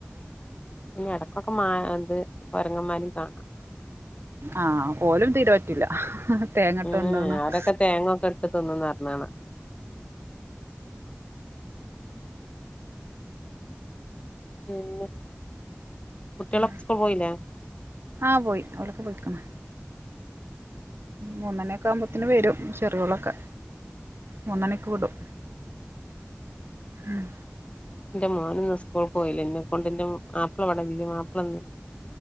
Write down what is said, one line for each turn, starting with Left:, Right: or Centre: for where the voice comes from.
Left: പിന്നെ ഇടക്കൊക്കെ മാ അത് കൊരങ്ങന്മാരിം കാണാം
Right: ആഹ് ഓലും തീരെ പറ്റില്ല തേങ്ങട്ടൊണ്ടോണം
Left: ഉം അവരൊക്കെ
Right: <inaudible>
Left: തേങ്ങൊക്കെ ഇട്ട് തിന്നുംന്ന് പറഞ്ഞ് കാണാം പിന്നെ കുട്ടികളൊക്കെ
Right: ആഹ്
Left: സ്കൂൾ പോയില്ലേ
Right: ആ പോയി അവലൊക്കെ പൊയിക്ക്ണ് മൂന്നണിയൊക്കെ ആവുമ്പോത്തിന് വരും ചെറിയോളൊക്കെ മൂന്നണിക്ക് വിടും ഉം
Left: എന്റെ മോനിന്ന് സ്കൂൾ പോയില്ല എന്നെ കൊണ്ട് എന്റെ മാപ്പള വടെല്ല മാപ്പള ഒന്ന്